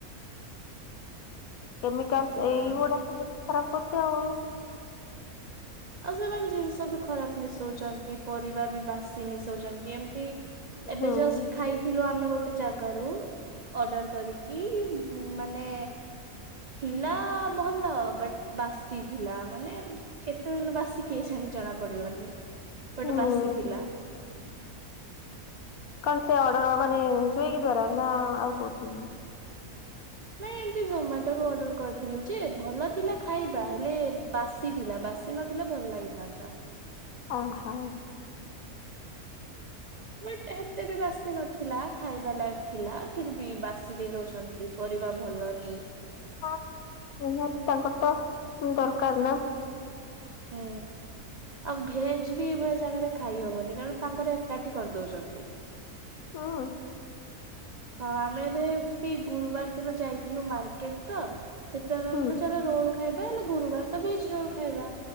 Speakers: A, on the right; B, on the left.
A: <inaudible>
B: କେମିକାଲ
A: ହଁ
B: ଏଇଗୁଡା ଖରାପ କରୁଛି ଆଉ।
A: ଆଉ ସେମାନେ ଜିନିଷ ବି ଖରାପ ମିଶଉଛନ୍ତି ପରିବା ବି ବାସି ମିଶଉଛନ୍ତି ଏମିତି ଏବେ
B: ହୁଁ
A: ଜଷ୍ଟ ଖାଇ ଥିଲୁ ଆମେ ଗୋଟେ ଜାଗାରୁ ଅର୍ଡର କରିକି ମାନେ ଥିଲା ଭଲ ବଟ୍ ବାସିଥିଲା ମାନେ ସେତେ ଦିନ ବାସି କିଏ ଛାଣି ଜଣା ପଡିବନି ବଟ୍
B: ହୁଁ
A: ବାସି ଥିଲା।
B: କଣ ସେ ଅର୍ଡର ହ ମାନେ ସ୍ଵିଗି ଦ୍ଵାରା ନା ଆଉ କୋଉଥିରୁ?
A: ନାଇଁ ଏମତି ଜୋମାଟୋ ରୁ ଅର୍ଡର କରିଥିଲୁ ଯେ ଭଲ ଥିଲା ଖାଇବା ହେଲେ ବାସି ଥିଲା ବାସ୍। ନଥିଲେ ଭଲ ଲାଗିଥାନ୍ତା।
B: ଅଁ ଖଁ।
A: ବଟ ଏତେ ବି ବାସି ନଥିଲା ଖାଇବା ଲାୟକ ଥିଲା ଫିର ବି ବାସି ଦେଇ ଦଉଛନ୍। କିପରିବା ଭଲନି
B: ହଁ ନିହାତି ତାଙ୍କର ତ ଦରକାର ନା।
A: ହୁଁ। ଆଉ ଭେଜ ବି ଏଇଭଳିଆ ଜାଗାରେ ଖାଇହବନି କାରଣ ତାଙ୍କର ଏକାଠି କରିଦଉଛନ୍ତି।
B: ହଁ।
A: ହଁ ଆମେ ବି ଏମତି ଗୁରୁବାର ଦିନ ଯାଇଥିଲୁ ମାର୍କେଟ ତ ସେଥିପାଇଁ ଆମେ
B: ହୁଁ
A: ଭାବିଲୁ ଚାଲ ରୋଲ ଖାଇବା ହେଲେ ଗୁରୁବାର ତ ଭେଜ ରୋଲ ଖାଇବା